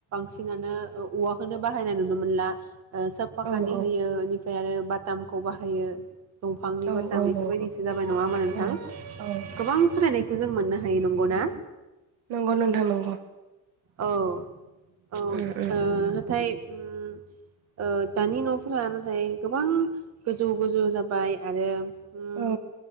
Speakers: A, on the right; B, on the right.
A: सिनानो औवाखौनो बाहायनाय नुनो मोनला। ओ साब फाखानि
B: औ औ
A: होयो इनिफ्राय आरो बाटामखौ बाहायो दंफांनि
B: औ
A: बाटाम
B: औ
A: इफोरबायदिसो
B: नंगौ
A: जाबाय नङा होमबा नोंथां।
B: औ औ
A: सोलायनायखौ जों मोननो हायो नंगौ ना
B: नंगौ नोंथां नंगौ
A: औ औ
B: उम
A: दा ओ नाथाय ओम ओ दानि न'फोरा नाथाय गोबां गोजौ गोजौ जाबाय आरो ओम
B: उम औ